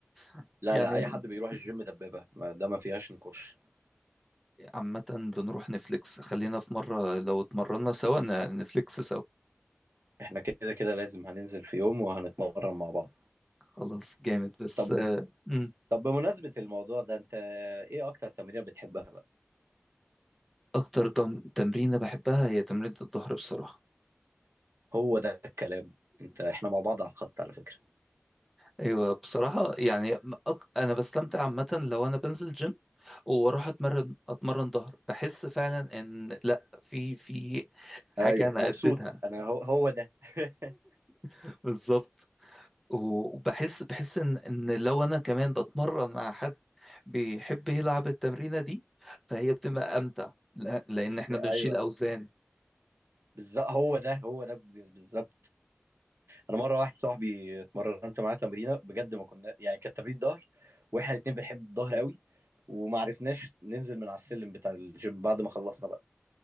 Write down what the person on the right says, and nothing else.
لا
لا اي حد بيروح الجيم دبابه ما- ده ما فيهاش نقاش
احنا كده كده لازم هننزل في يوم وهنتمرن مع بعض
طب
طب بمناسبة الموضوع ده انت ايه اكتر تمرين بتحبها بقى
هو ده الكلام انت احنا مع بعض على الخط على فكرة
ايوه
مبسوط
انا هو, هو ده <laughs>
بت-
ايوه
بالظبط هو ده هو ده بج- بالظبط انا مره واحد صاحبي اتمرنت معاه تمرينه بجد ما كنا يعني كانت تمرين ظهر واحنا الاتنين بنحب الظهر قوي وما عرفناش ننزل من على السلم بتاع الجيم بعد ما خلصنا بقى